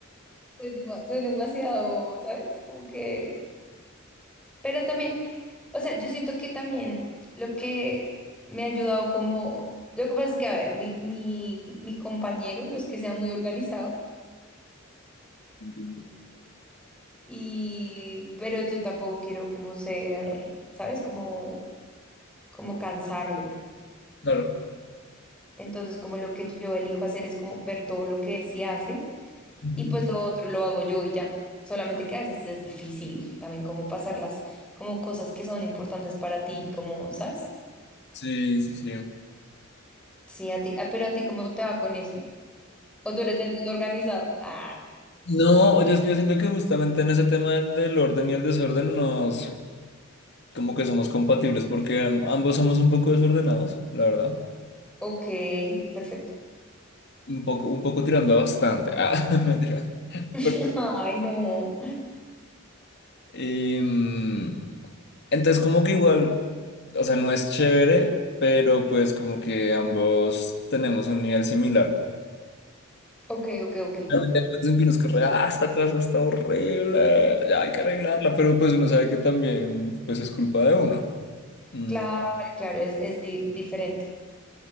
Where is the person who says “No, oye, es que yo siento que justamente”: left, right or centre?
Left